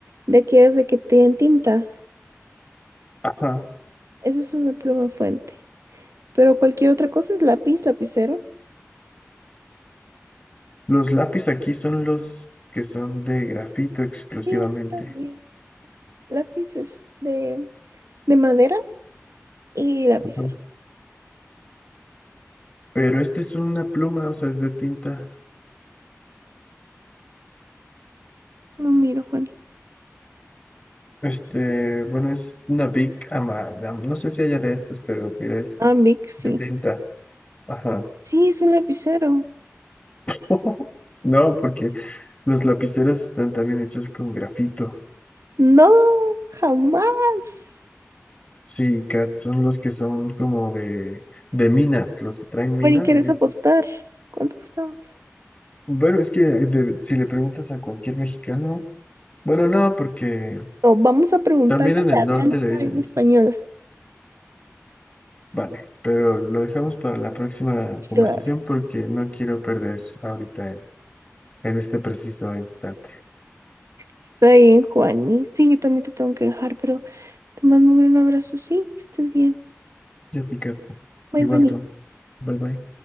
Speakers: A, on the right (about 70°); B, on the left (about 30°).
A: De aquellas de que te dan tinta.
B: Ajá.
A: Esa es una pluma fuente. Pero cualquier otra cosa es lápiz, lapicero.
B: Los lápiz aquí son los que son de grafito exclusivamente.
A: Sí, aquí también. Lápiz es de, de madera y lapicero.
B: Ajá. Pero este es una pluma, o sea, es de tinta.
A: No miro, Juani.
B: Este, bueno, es una big ama, am- No sé si haya de estos, pero mira, es
A: Ah, Vic, sí.
B: de tinta. Ajá.
A: Sí, es un lapicero.
B: <laughs> No, porque los lapiceros están también hechos con grafito.
A: No, jamás.
B: Sí, Kat, son los que son como de, de minas, los que traen minas.
A: Bueno, ¿y quieres apostar? ¿Cuánto apostamos?
B: Bueno, es que eh, de- si le preguntas a cualquier mexicano, bueno, no, porque
A: No, vamos a preguntarle
B: también
A: a
B: en
A: la
B: el norte
A: Real
B: le
A: Academia
B: dicen eso.
A: Española.
B: Vale, pero lo dejamos para la próxima conversación
A: Claro,
B: porque no quiero perder ahorita en, en este preciso instante.
A: está bien, Juani. Sí, yo también te tengo que dejar, pero te mando un gran abrazo, sí, que estés bien.
B: Yo, Tica,
A: Bye,
B: igual
A: Juani.
B: tú. Bye bye.